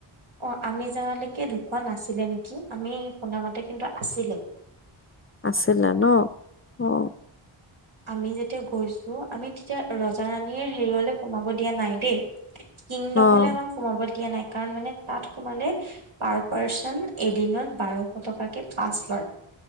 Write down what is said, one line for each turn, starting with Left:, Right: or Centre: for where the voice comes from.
Right: অ' আমি যাৱালৈকে ঢুকুৱোৱা নাছিলে নেকি আমি শুনামতে কিন্তু আছিলে।
Left: আছিলে ন অ।
Right: আমি যেতিয়া গৈছো আমি তেতিয়া ৰজা ৰাণীৰ হেৰিয়লৈ সোমাব দিয়া নাই দেই। কিংডমলৈ
Left: অ',
Right: আমাৰ সোমাব দিয়া নাই। কাৰণ মানে তাত সোমালে পাৰ পাৰ্চন এদিনত বাৰশ টকাকে পাছ লয়।